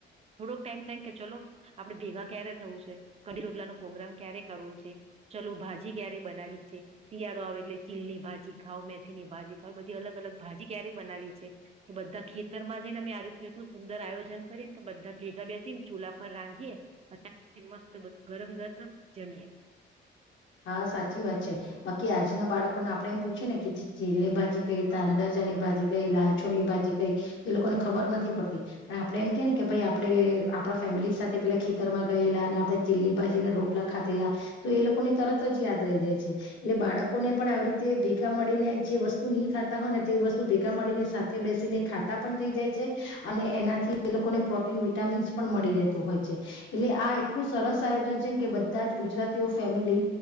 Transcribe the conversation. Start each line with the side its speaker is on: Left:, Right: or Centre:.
Right: થોડોક ટાઈમ થ કે ચલો આપડે ભેગા ક્યારે થવું છે, કઢી રોટલા નો પ્રોગ્રામ ક્યારે કરવો છે, ચાલો ભાજી ક્યારે બનાવી છે, શિયાળો આવે એટલે ચીલની ભાજી ખાાવ મેથી ની ભાજી ખાવ બધી અલગ-અલગ. ભાજી ક્યારે બનાવી છે, કે બધા ખેતરમાં જઈને અમે આ રીત એટલું સુંદર આયોજન કરીએને કે બધા ભેગા બેસીને ચૂલા પર રાંધીએ અને મસ્ત બધું ગરમ-ગરમ જમીએ.
Left: હા સાચી વાત છે, બાકી આજના બાળકોને આપડે એમ પૂછીયએ ને કે ચીલની ભાજી કઈ ત અંદરજાની ભાજી કઈ લાલછો ની ભાજી કઈ તો એ લોકોને ખબર નથી પડતી, પણ આપડણે એમ કે ને કે ભાઈ આપડે આપડા ફેમિલી સાથે પેલા ખેતરમાં ગયેલા અને આપણે ચીલની ભાજી ને રોટલા ખાધેલા તો એ લોકોને તરત જ યાદ રહી જાય છે, એટલે બાળકોને પણ આવી રીતે ભેગા મળીને જે વસ્તુ નહી ખાતા હોય ને તે વસ્તુ ભેગા મળીને સાથે બેસીને ખાતા પણ થઈ જાય છે અને એનાથી એ લોકોને પ્રોટીન, વિટામીન્સ પણ મળી રહેતું હોય છે એટલે આ એટલું સરસ આયોજન છે, કે બધા જ ગુજરાતીઓ ફેમિલી